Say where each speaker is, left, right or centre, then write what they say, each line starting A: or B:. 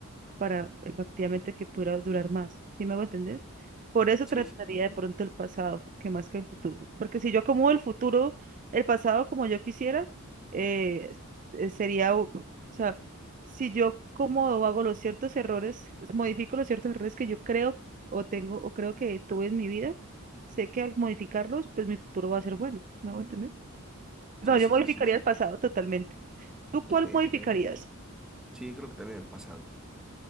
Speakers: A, on the right; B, in the centre.
A: para efectivamente que pudiera durar más, ¿sí me hago entender? Por eso
B: Sí,
A: trataría
B: sí, sí.
A: de pronto el pasado, que más que el futuro, porque si yo acomodo el futuro, el pasado como yo quisiera, eh, eh, sería, o o sea, si yo acomodo, hago los ciertos errores, modifico los ciertos errores que yo creo o tengo o creo que tuve en mi vida, sé que al modificarlos, pues mi futuro va a ser bueno, ¿me hago entender? No,
B: Sí,
A: yo
B: sí,
A: modificaría
B: sí, sí, sí.
A: el pasado totalmente. ¿Tú cuál
B: Ok,
A: modificarías?
B: bien. Sí, creo que también el pasado.